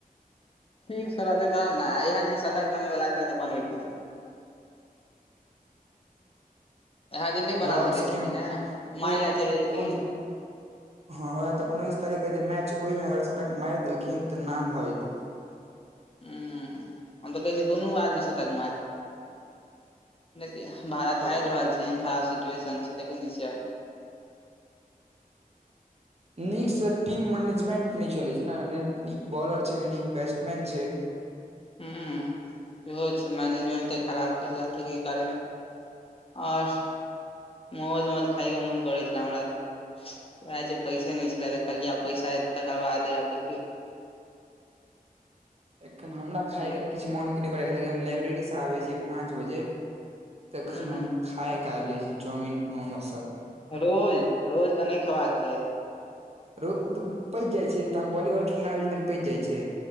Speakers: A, on the left (about 40°); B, on the right (about 45°).
A: ठीक सँ रहतै तहन न इहे दिन सतक बनैवला छैलै तऽ बनेेलखिन नहि। इएह दिन नहि बना
B: लॉर्डस
A: सकै
B: केँ
A: छलखिन ने मारै
B: ओं -ओं।
A: लए चलि गेलखिन
B: हँ वैह तऽ उन्नैस तारीख केँ जे मैच, ओहिमें अगर शतक मारि देलखिन तऽ नाम भऽ जेतै।
A: हुँ, हम तऽ कहै छिये दुनू आदमी शतक मारै। देखूँ भारत
B: आओर
A: हारि रहल छै एहन खराब सिचुएशन छै, देखै नै छिये। <inaudible>
B: नीक से टीम मैनेजमेंट नहि चलै छै नै, नहि नीक बॉलर छै नहि नीक बैट्समैन छै।
A: हुं। इहो छै मैनेजमेंटे खराब चलि रहल छै की करबै। और मोमोज खायके मन करै छल हमरा तऽ। यैह जें पैसे नहि छलै त कहलियै आब पैसा हेतय तकर बादे आब देखियौ।
B: एखन हमरा
A: की
B: खायके
A: हेत।
B: तऽ किछु मोन नहि करैये हम लाइब्रेरीसँ आबै छियै पाँच बजें। तखन
A: हूँ हूँ
B: हम खाएकें आबि जाइत छी, चाउमिन मोमोज सभ।
A: रोज, रोज तऽ नहि खेबाक चाही।
B: रोज पचि जाइ छै, जखन वॉलीबॉल खेलैक लेल आबै छियै तखन पचि जाइत छै।